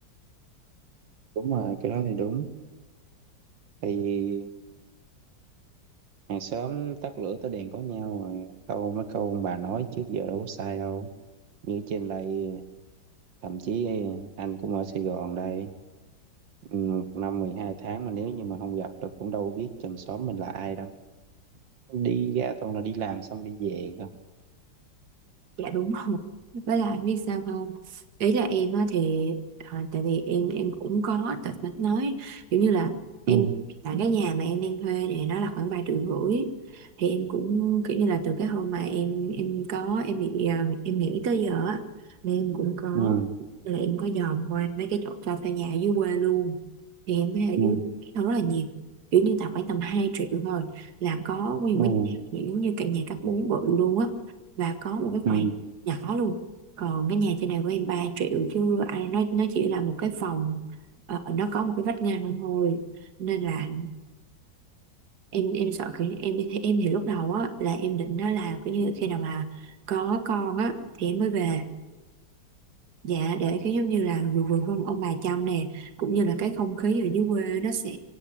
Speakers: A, on the right (about 75°); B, on the right (about 55°).
A: đúng rồi cái đó thì đúng thì hàng xóm tắt lửa tối đèn có nhau rồi. câu mấy câu ông bà nói trước giờ đâu có sai đâu như trên đây thậm chí anh cũng ở Sài Gòn đây Ừ, một năm 12 tháng mà nếu như mà không gặp được cũng đâu biết chòm xóm mình là ai đâu đi ra toàn là đi làm xong đi về không
B: dạ đúng rồi với lại biết sao không ý là em á thì à, tại vì em em cũng có tật mạch nói kiểu như là em
A: ừ,
B: tại cái nhà mà em đang thuê này nó là khoảng ba triệu rưỡi thì em cũng kiểu như là từ cái hôm mà em em có em bị à, em nghỉ tới giờ á nên em cũng có
A: ừ,
B: là em có dòm qua mấy cái chỗ cho thuê nhà ở dưới quê luôn thì em thấy ở
A: ừ,
B: dưới nó rất là nhiều kiểu như là khoảng tầm 2 triệu thôi là có nguyên
A: ừ,
B: cái giống như cả nhà cấp 4 bự luôn á và có một
A: ừ,
B: cái nhỏ luôn còn cái nhà trên này của em 3 triệu chứ ai nói nó chỉ là một cái phòng ờ, ờ, nó có một cái vách ngăn thôi nên là em em sợ kiểu như- em em thì lúc đầu á là em định đó là kiểu như khi nào mà có con á thì em mới về dạ để cái giống như là vừa vừa ông, ông bà chăm nè cũng như là cái không khí ở dưới quê nó sẽ